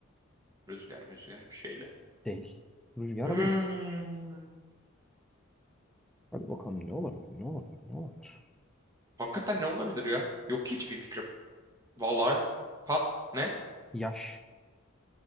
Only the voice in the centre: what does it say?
Değil. Rüzgar
değil. Hadi bakalım ne olabilir, ne olabilir, ne olabilir.
Yaş.